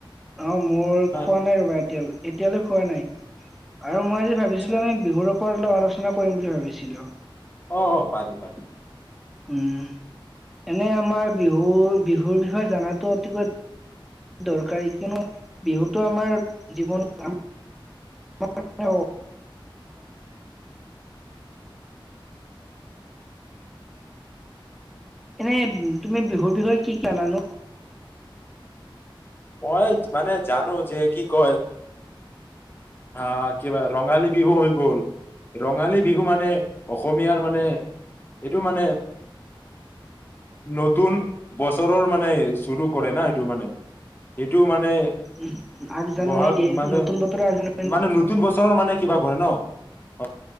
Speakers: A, in the centre; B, on the left.
A: অ মোৰ
B: নহয়
A: খোৱা নাই ৰ'বা এতিয়া এতিয়ালৈ খোৱা নাই আৰু মই আজি ভাবিছিলো
B: আচ্ছা
A: আমি বিহুৰত ওপৰত অলপ আলোচনা কৰিম বুলি ভাবিছিলো
B: অ পাৰি পাৰি
A: উম এনে আমাৰ বিহু বিহুৰ বিষয়ে জানাতো অতিকৈ দৰকাৰী কিয়নো বিহুতো আমাৰ জীৱনত আমাৰ ্ৃতি এনে তুমি বিহুৰ বিষয়ে কি কি জানো
B: মই মানে জানো যে কি কয় আহ কিবা ৰঙালী বিহু হৈ গল ৰঙালী বিহু মানে অসমীয়াৰ মানে এইটো মানে নতুন বছৰৰ মানে চৰু কৰে না এইটো মানে এইটো মানে
A: উ আঠজানানী
B: বহাগ
A: দিয়ে
B: মানে
A: নতুন বতৰ আঠজান
B: মানে নতুন বছৰৰ মানে কিবা কৰে ন হয়